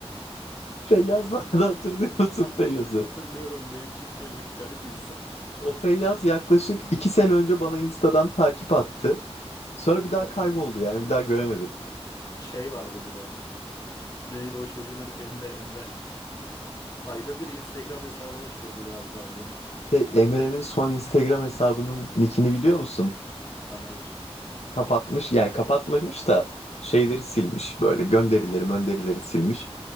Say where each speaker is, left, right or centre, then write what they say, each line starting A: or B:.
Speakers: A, on the left (about 80°); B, on the left (about 30°).
A: Feyyaz vardı hatırlıyor musun Feyyaz'ı?
B: Hatırlıyorum. Değişik çocuk, garip insan.
A: O Feyyaz yaklaşık iki sene önce bana Insta'dan takip attı. Sonra bir daha
B: Evet.
A: kayboldu yani bir daha göremedim.
B: Şey vardı bir de. Neydi o çocuğun adı? Emre Emre. Ayda bir Instagram hesabı açıyordu galiba yeni.
A: Şey, Emre'nin son Instagram hesabının nickini biliyor musun?
B: Hayır.
A: Kapatmış yani kapatmamış da şeyleri silmiş böyle gönderileri gönderileri silmiş.